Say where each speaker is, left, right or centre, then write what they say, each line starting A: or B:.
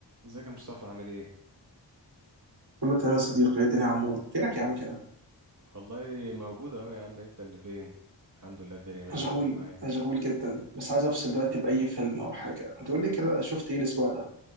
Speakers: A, on the right; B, on the right.
A: ازيك يا مصطفى عامل ايه؟
B: كله تمام يا صديقي ايه الدنيا يا عمور فينك يا عم كده
A: والله موجود اهو يا عم انت اللي فين؟ الحمد لله الدنيا ماشية
B: مشغول
A: تمام معايا
B: مشغول جدا بس عايز افصل دلوقتي باي فيلم او حاجه ما تقول لي كده شفت ايه الاسبوع ده